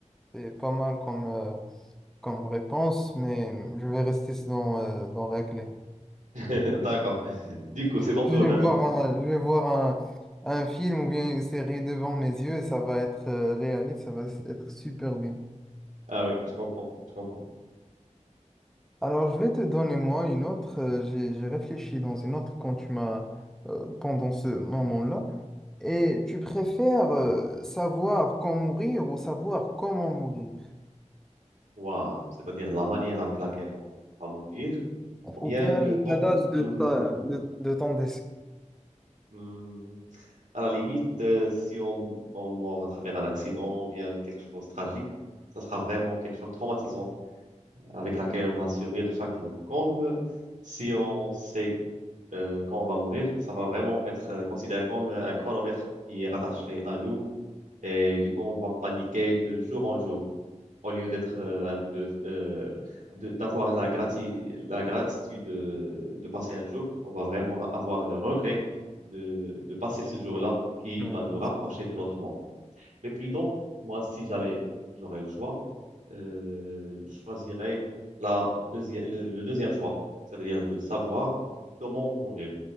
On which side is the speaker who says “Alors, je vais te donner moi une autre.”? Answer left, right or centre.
Centre